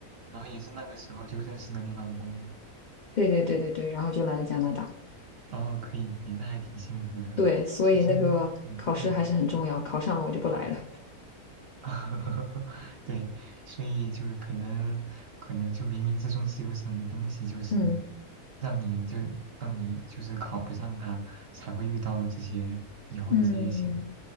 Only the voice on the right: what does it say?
然后也是那个时候就认识了你老公。
哦，可以可以，那还挺幸福的。
其实，对，嗯。
<laughs> 对，所以就可能可能就冥冥之中是有什么东西，就是
让你就让你就是考不上它，才会遇到这些以后的这些幸福。